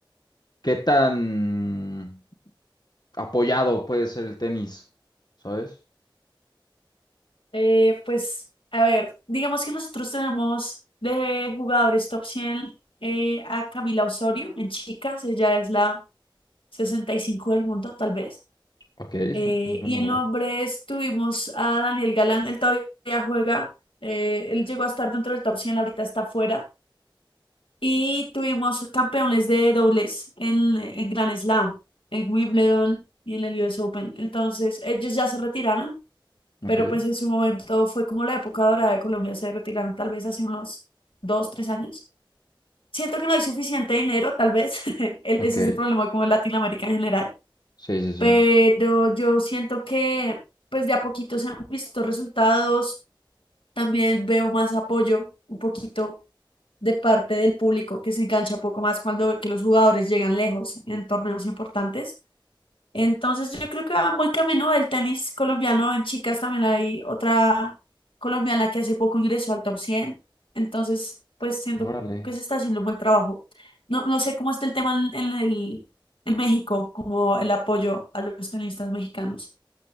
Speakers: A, on the left (about 55°); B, on the left (about 85°).
A: ¿qué tan apoyado puede ser el tenis? ¿Sabes?
B: Eh, pues, a ver, digamos que nosotros tenemos de jugadores top cien eh, a Camila Osorio en chicas, ella es la 65 del mundo, tal vez.
A: Ok, es
B: Eh,
A: un, es un buen
B: y
A: lugar.
B: en hombres tuvimos a Daniel Galán, él todavía juega, eh, él llegó a estar dentro del top cien ahorita está fuera. Y tuvimos campeones de dobles en, en Grand Slam, en Wimbledon y en el US Open. Entonces, ellos ya se retiraron
A: Ok,
B: pero pues en su momento fue como la época dorada de Colombia, se retiraron tal vez hace unos dos, tres años. Siento que no hay suficiente dinero, tal vez, <laughs> el-
A: ok.
B: ese es el problema como en Latinoamérica en general,
A: Sí, sí, sí.
B: pero yo siento que pues de a poquito se han visto resultados, también veo más apoyo un poquito de parte del público que se engancha un poco más cuando ve que los jugadores llegan lejos en torneos importantes. Entonces yo creo que va buen camino el tenis colombiano. En chicas también hay otra colombiana que hace poco ingresó al top 100. Entonces, pues siento
A: Órale.
B: que se está haciendo un buen trabajo. No, no sé cómo está el tema en, en el, en México, como el apoyo a los tenistas mexicanos.